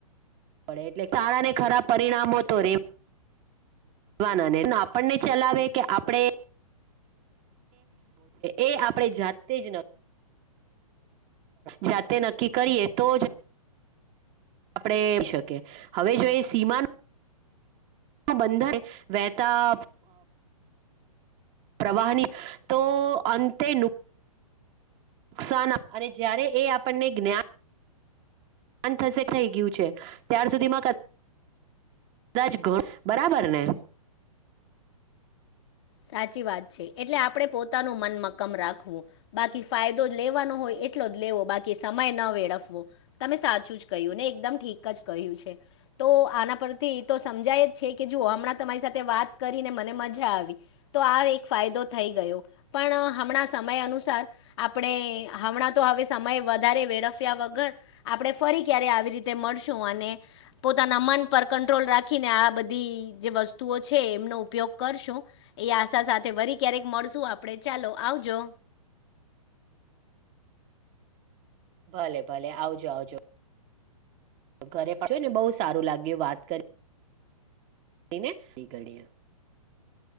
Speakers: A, on the right (about 30°); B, on the left (about 45°).
A: પડે એટલે સારા ને ખરાબ પરિણામો તો રે <inaudible> ના ને આપણને ચલાવે કે આપડે <inaudible> એ આપણે જાતે જ નથી. જાતે નક્કી કરીે તો આપડે એમ શકીએ હવે જો એ સીમાનું બંધા વહેતા પ્રવાહની તો અંતે નુકસાન અને જયારે એ આપણને જ્ઞાન થશે થઈ ગયું છે, તારે સુધીમાં કદાચ બરાબર ને
B: સાચી વાત છે, એટલે આપણેે પોતાનું મન મક્કમ રાખવું. બાકી ફાયદો જ લેવાનો હોય એટલો જ લેવો બાકી સમય ન વેળફવો તમે સાચું જ કહ્યું ને એકદમ ઠીક જ કહ્યું છે. તો આના પરથી તો સમજાય જ છે, કે જુઓ હમણાં તમારી સાથે વાત કરીને મને મજા આવી. તો આ એક ફાયદો થઈ ગયો પણ હમણાં સમય અનુસાર આપણે હમણાં તો હવે સમય વધારે વેડફ્યા વગર આપણે ફરી ક્યારે આવી રીતે મળશું, અને પોતાના મન પર કંટ્રોલ રાખીને આ બધી જે વસ્તુઓ છે, એમનો ઉપયોગ કરશું એ આશા સાથે વરી ક્યારેક મળશું આપણે ચાલો આવજો.
A: ભલે ભલે આવજો આવજો. ઘરે પાડ્યો ને બહુ સારું લાગ્યું વાત કરી, <inaudible> ઘડીએ